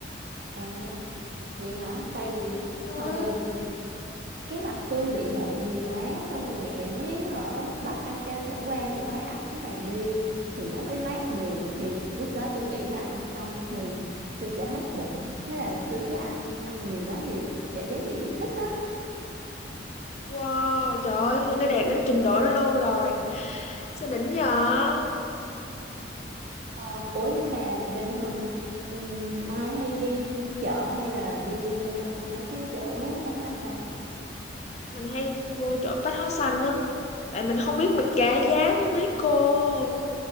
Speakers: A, on the right; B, on the left.
A: À, vậy hả? Tại vì
B: Ừ.
A: hồi đợt ừ, cái mặt tôi bị mụn nhiều quá xong rồi mẹ mới hở bắt ăn canh khổ qua mẹ nói ăn cái này đi thì nó mới mát được thì lúc đó tôi nghĩ là ăn xong thì tôi sẽ hết mụn thế là tôi cứ ăn ăn nhiều quá thì cảm giác bị thích á
B: Wow, trời ơi, Hương đã đạt đến trình độ đó luôn rồi. Sao đỉnh vậy?
A: ờ, <laughs> ủa nhưng mà bình thường ừm, Mai hay đi chợ hay là đi vô trong mấy cái chỗ bách hóa xanh
B: Mình hay vô chỗ bách hóa xanh á. Tại mình không biết mình cả giá với mấy cô.